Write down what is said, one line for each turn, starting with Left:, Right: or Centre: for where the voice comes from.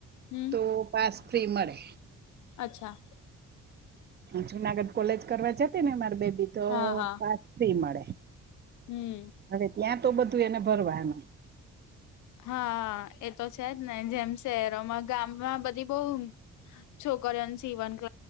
Left: હમ.
Right: તો પાસ ફ્રી મળે.
Left: અચ્છા.
Right: જુનાગઢ કોલેજ કરવા જતી ને અ મારે બેબી તો
Left: હા હા
Right: પાસ ફ્રી મળે.
Left: હમ
Right: હવે ત્યાં તો બધું એને ભરવાનું.
Left: હા એ તો છે જ ને જેમ શહેરોમાં ગામમાં બધી બઉ. છોકરીઓને સીવન ક